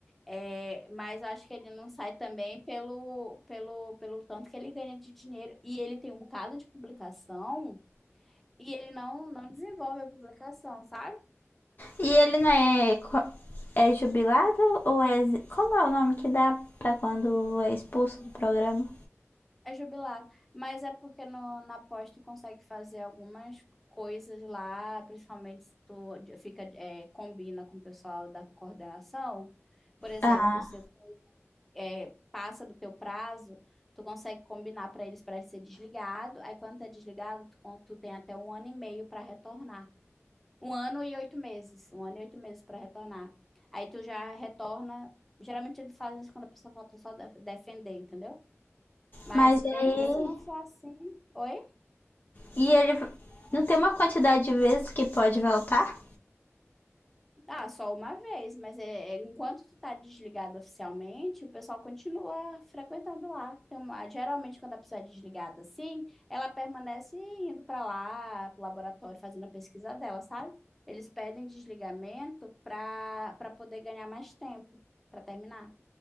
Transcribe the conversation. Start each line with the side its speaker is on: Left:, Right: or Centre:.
Centre: É, mas eu acho que ele não sai também pelo, pelo, pelo tanto que ele ganha de dinheiro. E ele tem um bocado de publicação e ele não, não desenvolve a publicação, sabe?
Left: E ele não é, é jubilado ou é. Como é o nome que dá pra quando é expulso do programa?
Centre: É jubilado. Mas é porque no, na pós tu consegue fazer algumas coisas lá, principalmente se tu de- fica, é, combina com o pessoal da coordenação. Por exemplo,
Left: Ah,
Centre: se é, passa do teu prazo, tu consegue combinar para eles para ser desligado. Aí quando tá desligado, tu, con- tu tem até um ano e meio para retornar. Um ano e oito meses, um ano e oito meses para retornar. Aí tu já retorna. Geralmente eles fazem isso quando a pessoa falta só def- defender, entendeu? Mas
Left: mas
Centre: mesmo
Left: aí.
Centre: se não for assim, oi?
Left: E ele não tem uma quantidade de vezes que pode voltar?
Centre: Ah, só uma vez, mas é, é- enquanto tu tá desligado oficialmente, o pessoal continua frequentando lá. Tem uma, geralmente, quando a pessoa é desligada assim, ela permanece indo para lá, pro laboratório, fazendo a pesquisa dela, sabe? Eles pedem desligamento para para poder ganhar mais tempo para terminar.